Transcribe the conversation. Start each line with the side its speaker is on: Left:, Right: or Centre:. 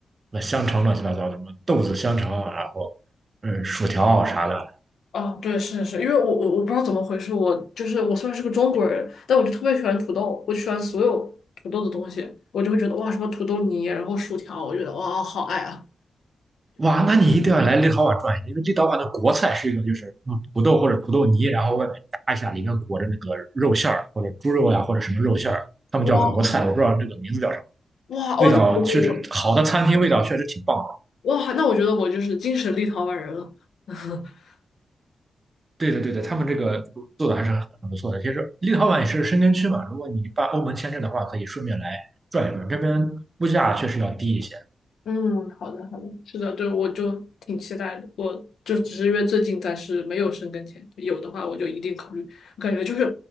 Right: 那香肠乱七八糟的，什么豆子香肠啊然后嗯，薯条啊啥的。
Left: 哦，对，是是，因为我我我不知道怎么回事，我就是我虽然是个中国人，但我就特别喜欢土豆，我就喜欢所有土豆的东西，我就会觉得哇，什么土豆泥，然后薯条，我觉得哇，好爱啊！
Right: 哇，那你一定要来立陶宛转一下，因为立陶宛的国菜是一个就是用土豆或者土豆泥，然后外面炸一下，里面裹着那个肉馅儿或者猪肉呀、或者什么肉馅儿，他们叫国菜，
Left: 哇
Right: 我不知道这个名字叫什么。
Left: 哇哦，
Right: 味道确实好的餐厅味道确实挺棒
Left: 那我觉得我哇，那我觉得我就是精神立陶宛人了。<laughs>
Right: 对的，对的，他们这个做的还是很很不错的。其实立陶宛也是申根区嘛，如果你办欧盟签证的话，可以顺便来转一转。这边物价确实要低一些
Left: 嗯，好的，好的，是的，对，我就挺期待的。我就只是因为最近暂时没有生根签，有的话我就一定考虑。我感觉就是